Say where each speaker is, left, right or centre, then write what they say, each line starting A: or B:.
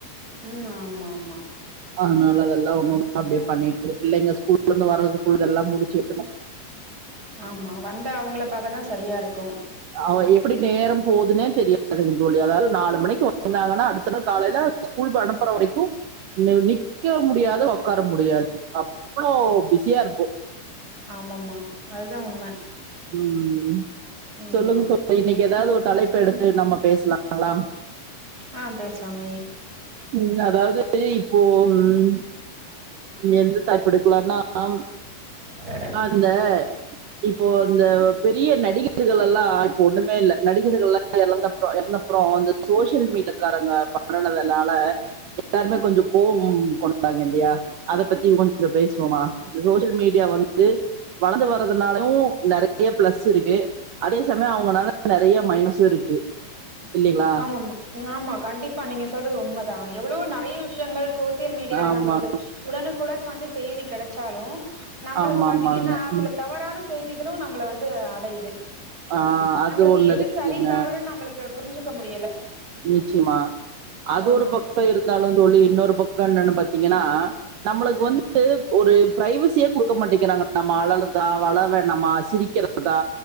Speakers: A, on the right; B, on the right.
A: ம் ஆமா ஆமா
B: அதுனால அதெல்லா ஒண்ணு ஒண்ண அப்டியே பண்ணிட்டு இரு பிள்ளைங்க ஸ்கூல்ல இருந்து வர்றதுக்குள்ள எல்லா முடிச்சு வெக்கணு
A: ஆமா வந்த அவங்கள பாக்க தா சரியா இருக்கு
B: அவெ எப்புடி நேரம் போவ்துன்னே தெரியா துங் தோழி அதாலு நாலு மணிக் வந்தாங்கன்னா அடுத்த நாள் காலைல ஸ்கூல் ப அனுப்பற வரைக்கு நெவ் நிக்க முடியாது ஒக்கார முடியாத் அப்ளோ பிஸியா இருப்போ
A: ஆமாமா அதுதா உண்ம
B: ம்
A: ஆமா
B: சொல்லுங் தோழி இன்னிக்கி ஏதாவ் ஒ தலைப்பு எடுத்து நம்ம பேஸ்லா ங்களான்
A: ஆ பேஸ்லாமே
B: ம் அதாவ்து இப்போ நுன் எந்த தாய்ப் எடுக்லானாம்
A: ஆ
B: அந்த இப்போ இந்தவ் பெரிய நடிகர்கள் எல்லா இப் ஒண்ணுமே இல்ல நடிகர்கள்லா எழந்தப்றோ எறந்தப்றோ அந்த சோஷியல் மீட்டுக்காரங்க பண்ண னதுனால எட்டார்மே கொஞ்சு கோவும் கொண்டாங் இல்லியா அத பத்தி கொஞ்சு பேசுவோமா இந்த சோஷியல் மீடியா வந்து வளந்து வர்றது நாள் ஊ நறையா ப்ளஸ் இருக்கு அதே சமயோ அவ்ங்கனால நறையா மைனஸு இருக்கு இல்லைங்களா
A: ஆமாமா இங் ஆமா கண்டிப்பா நீங்க சொல்றது உண்மதா எவ்வுளோ நறையா விஷ்யங்கள் சோஸ் சியல் மீடியால
B: ஆமா
A: நம்ளுக்கு உடனுக்குடன் வந்து செய்தி கெடச்சாலு நம்ளுக்கு
B: ஆமா
A: பாத்தீங்கின்னா
B: ஆமாங்க
A: சில தவறான செய்திகளு நம்மள வந்து அடைய்து
B: ஆஹ் அது
A: நம்ளுக்கு
B: ஒண்ணு
A: எது
B: இருக்குங்க
A: சரி தவறுன் நம்ளுக்கு புரிஞ்சுக்க முடியல
B: நிச்சிமா அத்
A: ஆமா
B: ஒரு பக்கோ இருந்தாலு தோழி இன்னொரு பக்க என்னன்னு பாத்தீங்கினா நம்ளுக்
A: ம்
B: வந்த் து ஒரு ப்ரைவசியே குடுக்க மாட்டேங்கிறாங்க நம் அளல்ருதா வல வேணாமா சிரிக்கிறதா